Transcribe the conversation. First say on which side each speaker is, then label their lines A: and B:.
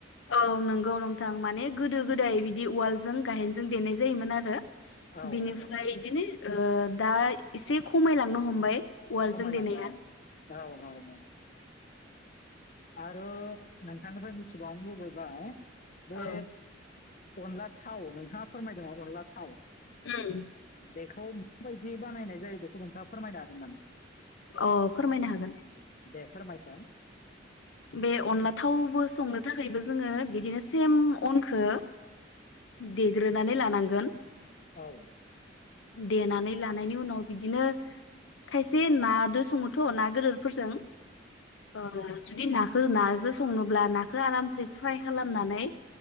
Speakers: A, on the left; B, on the left.
A: औ नंगौ नोंथां माने गोदो गोदाय बिदि उवालजों गाहेनजों देनाय जायोमोन आरो।
B: औ
A: बिनिफ्राय
B: नंगौ
A: बिदिनो दा एसे खमायलांनो हमबाय उवालजों
B: खमायलांबाय
A: देनाया
B: औ औ आरो नोंथांनिफ्राय मिथिबावनो लुबैबाय बे
A: औ
B: अनला थाव नोंथाङा फोरमायदों अनला थाव
A: उम
B: बेखौ माबायदि बानायनाय जायो बे नोंथाङा फोरमायनो हागोन नामा?
A: अ फोरमायनो हागोन।
B: दे फोरमायसाय?
A: बे अनला थावबो संनो थाखायबो जोङो बिदिनो सेम अनखौ देग्रोनानै लानांगोन
B: औ
A: देनानै लानायनि उनाव बिदिनो खायसे नादो सङोथ' ना गोदोरफोरजों औ जुदि नाखौ नाजों संनोब्ला नाखौ आरामसे फ्राय खालामनानै